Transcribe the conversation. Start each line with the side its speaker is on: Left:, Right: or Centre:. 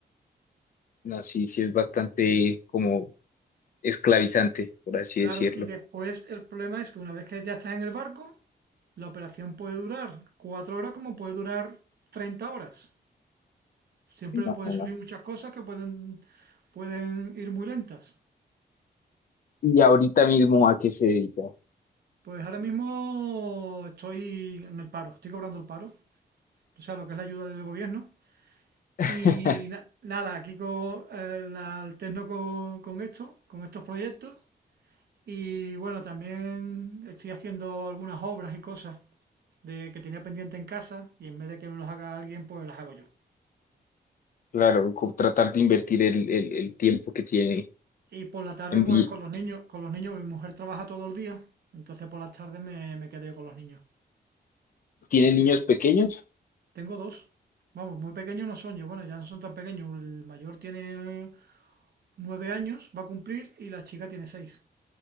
Left: no, sí, sí es bastante como esclavizante, por así
Right: Claro,
Left: decirlo.
Right: y después el problema es que una vez que ya estás en el barco, la operación puede durar cuatro horas como puede durar 30 horas. Siempre
Left: No,
Right: pueden
Left: no,
Right: surgir
Left: no.
Right: muchas cosas que pueden, pueden ir muy lentas.
Left: Y ahorita mismo, ¿a qué se dedica?
Right: Pues ahora mismo estoy en el paro, estoy cobrando el paro, o sea, lo que es la ayuda del gobierno.
Left: <laughs>
Right: Y na- nada, aquí co- eh, la alterno con, con esto, con estos proyectos. Y bueno, también estoy haciendo algunas obras y cosas. de que tenía pendiente en casa y en vez de que me los haga alguien, pues las hago yo.
Left: Claro, con tratar de invertir el, el, el tiempo que tiene
Right: Y por la tarde,
Left: en
Right: pues
Left: vi-
Right: con los niños, con los niños, mi mujer trabaja todo el día, entonces por las tardes me, me quedo yo con los niños.
Left: ¿Tiene niños pequeños?
Right: Tengo dos. Vamos, muy pequeños no son yo, bueno, ya no son tan pequeños. El mayor tiene nueve años, va a cumplir, y la chica tiene seis.